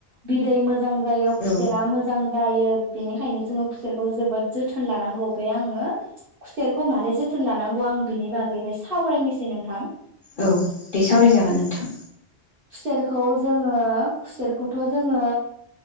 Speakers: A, on the right; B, on the left.
A: बिदै मोजां जायो खुसेरा
B: औ
A: मोजां जायो बेनिखायनो जोङो खुसेरखौ जोबोद जोथोन लानांगौ बे आङो खुसेरखौ मारै जोथोन लानांगौ आं बिनि बागै बाय सावरायनोसै नोंथां।
B: औ दे सावरायजागोन नोंथां
A: खुसेरखौ जोङो खुसेरखौथ' जोङो